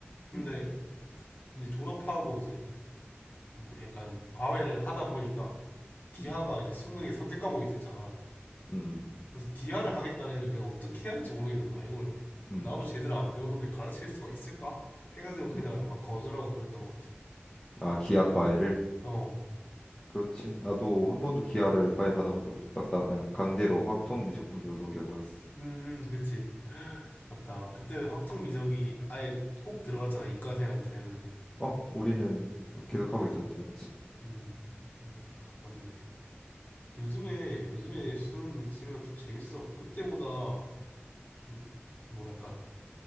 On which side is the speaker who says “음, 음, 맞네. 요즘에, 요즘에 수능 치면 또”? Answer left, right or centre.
Left